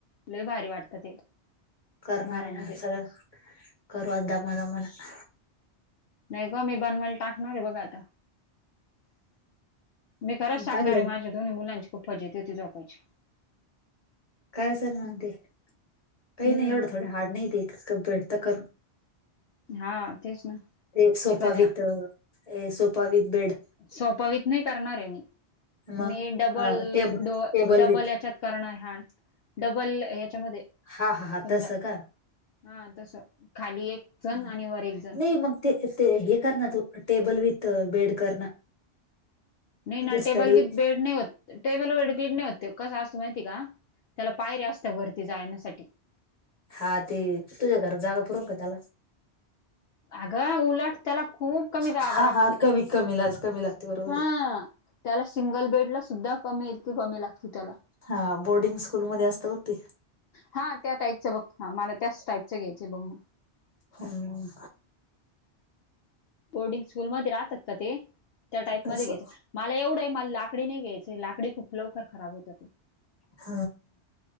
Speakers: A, on the left; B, on the left.
A: लई भारी वाटतं ते!
B: करणार
A: घरामध्ये
B: आहे ना सगळं करू आ दमानं म्हणं!
A: न्हाय बा मी बनवल. टाकणारय बघा आता. मी खरंच टाकणारय
B: पाहिलं
A: माझ्या दोन्ही मुलांची खूप फजिती होती झोपायची.
B: काय आसन म्हणती? काय
A: हम्म
B: नाई एवढं थोडं हार्ड नाही ते. कंप्लीट तर करून
A: हा, तेच ना.
B: एक सोफा
A: एखाद्या
B: with, a sofa with bed.
A: सोपावीत नाई करणारे मी.
B: मग
A: मी double
B: tab
A: डोअ,
B: table
A: double
B: with
A: याच्यात करणाय हा डबल ह्याच्यामध्ये.
B: हा हा हा
A: समजा,
B: तसं का
A: हा तसं. खाली एक जण
B: ह.
A: आणि वर एक जण.
B: नाही, मग ते, ते हे कर ना तू, टेबल विथ बेड कर ना.
A: नाई
B: म्हणजे
A: ना, टेबल
B: स्टडी
A: विथ बेड नाई होत. टेबल व बेड नाई होत ते. कसं असतं माहिती का त्याला पायऱ्या असत्या वरती जायण्यासाठी.
B: हा ते, तुझ्या घरात जागा पुरन का त्याला?
A: अगं उलट त्याला खूप कमी जागा
B: हा,
A: लागती.
B: हा. कमी- कमी लाज, कमी लागते बरोबरय.
A: हा त्याला सिंगल बेडला सुद्धा कमी, इतकी कमी लागते त्याला.
B: हा. बोर्डिंग स्कूलमध्ये असत बघ ते.
A: हा त्या टाईपचं बघ. ह, मला त्याच टाईपचं घ्यायचय बघ म.
B: हम्.
A: बोर्डिंग स्कूलमध्ये राहतात का ते, त्या टाईपमध्ये
B: तसं
A: घ्याय मला एवढंय. मला लाकडी नाही घ्यायचय. लाकडी खूप लवकर खराब होत.
B: ह.